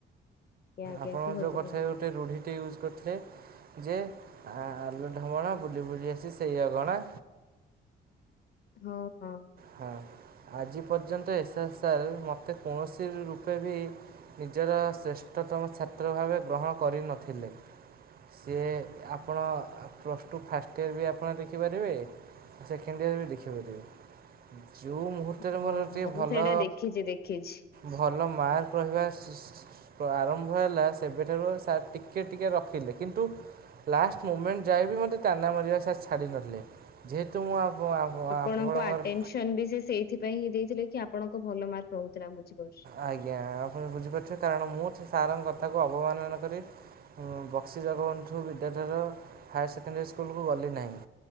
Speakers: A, on the left; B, on the right.
A: ଆଜ୍ଞା ଆଜ୍ଞା
B: ଆପଣ
A: କୁହନ୍ତୁ
B: ଯେଉଁ କଥାରେ
A: କୁହନ୍ତୁ
B: ଗୋଟେ ରୁଢ଼ିଟେ ୟୁଜ୍ କରିଥିଲେ? ଯେ ଆଲୁ ଢମଣା, ବୁଲି ବୁଲି ଆସି ସେଇ ଅଗଣା।
A: ହଁ, ହଁ।
B: ହଁ, ଆଜି ପର୍ଯ୍ୟନ୍ତ, ଏସ୍ ଆର୍ ସାର୍ ମୋତେ କୌଣସି ରୂପେ ଭି ନିଜର ଶ୍ରେଷ୍ଠତମ ଛାତ୍ର ଭାବେ ଗ୍ରହଣ କରିନଥିଲେ। ସିଏ ଆପଣ ପ୍ଲସ୍ ଟୁ ଫାଷ୍ଟ ଇୟର୍ ବି ଆପଣ ଦେଖିପାରିବେ। ସେକେଣ୍ଡ ଇୟର ବି ଦେଖିପାରିବେ। ଯୋଉ ମୁହୂର୍ତ୍ତରେ
A: ହଁ
B: ମୋର ଟିକେ
A: ମୁଁ
B: ଭଲ
A: ସେଇଟା ଦେଖିଛି ଦେଖିଛି।
B: ଭଲ ମାର୍କ ରହିବା ଆରମ୍ଭ ହେଲା ସେବେଠାରୁ ସାର ଟିକେ ଟିକେ ରଖିଲେ କିନ୍ତୁ ଲାଷ୍ଟ ମୁମେଣ୍ଟ ଯାଏବ ମୋତେ ତାନା ମାରିବା ସାର ଛାଡ଼ି ନଥିଲେ। ଯେହେତୁ ମୁଁ ଆପ ଆପଣଙ୍କର
A: ଆପଣଙ୍କୁ ଆଟେନସନ ସେଇଥିପାଇଁ ହିଁ ଦେଇଥିଲେ କି ଆପଣଙ୍କ ଭଲ ମାର୍କ ରହୁଥିଲା ବୁଝିପାରୁଛି।
B: ଆଜ୍ଞା ଆପଣ ବୁଝିପାରୁଥିବେ କାରଣ ମୁଁ ସେ ସାରଙ୍କ କଥାକୁ ଅବମାନନା କରେ। ମୁଁ ବକ୍ସି ଜଗବନ୍ଧୁ ବିଦ୍ୟାଳୟର ହାୟାର ସେକେଣ୍ଡାରୀ ସ୍କୁଲକୁ ଗଲି ନାହିଁ।